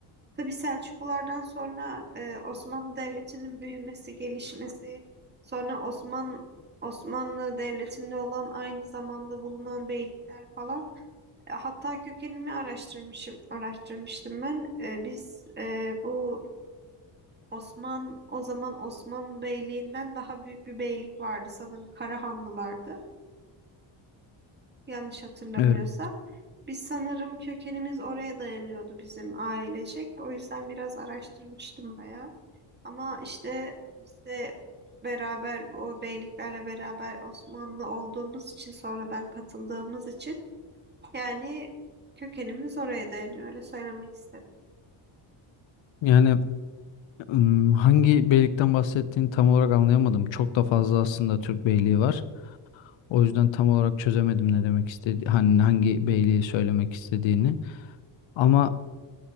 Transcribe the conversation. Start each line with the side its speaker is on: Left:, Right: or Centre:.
Right: Tabii Selçuklulardan sonra e, Osmanlı Devleti'nin büyümesi, gelişmesi, sonra Osman Osmanlı Devleti'nde olan aynı zamanda bulunan beylikler falan. E, Hatta kökenini araştırmışım, araştırmıştım ben. E, biz e, bu Osman, o zaman Osman Beyliğinden daha büyük bir beylik vardı sanırım Karahanlılardı. Yanlış hatırlamıyorsam.
Left: Evet.
Right: Biz sanırım kökenimiz oraya dayanıyordu bizim ailecek. O yüzden biraz araştırmıştım bayağı. Ama işte biz de beraber bu beyliklerle beraber Osmanlı olduğumuz için sonradan katıldığımız için yani kökenimiz oraya dayanıyor. Öyle söylemek istedim.
Left: Yani ım, hangi beylikten bahsettiğini tam olarak anlayamadım. Çok da fazla aslında Türk beyliği var. O yüzden tam olarak çözemedim ne demek istedi hani hangi beyliği söylemek istediğini. Ama